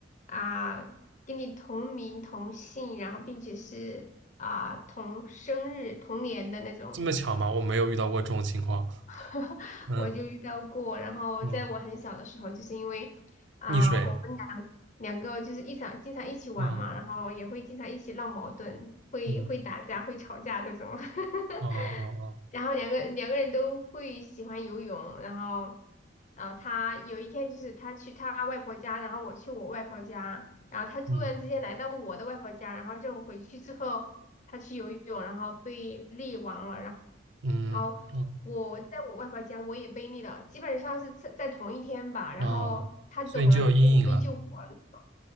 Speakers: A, on the left (about 40°); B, on the right (about 70°).
A: 啊跟你同名同姓，然后并且是啊同生日同年的那种。
B: 这么巧吗？我没有遇到过这种情况。
A: <laughs>
B: 嗯
A: 我就遇到过。然后在我很小的时候，
B: 嗯，
A: 就是因为啊、
B: 溺水。
A: 我们两两个就是一场经常一起玩嘛，
B: 嗯
A: 然后也会经常一起闹矛盾，会会打架，
B: 嗯
A: 会吵架这种。<laughs>
B: 哦哦哦
A: 然后两个两个人都会喜欢游泳，然后，然后他有一天就是他去他外婆家，然后我去我外婆家，然后他突然之间来到我的外婆家，
B: 嗯
A: 然后就回去之后，他去游泳，然后被溺亡了，然后，
B: 嗯哦
A: 然后我在我外婆家我也被溺了，基本上是在在同一天吧，然后他走了，
B: 哦，所以你就有阴影了。
A: 然后我被救活了那种，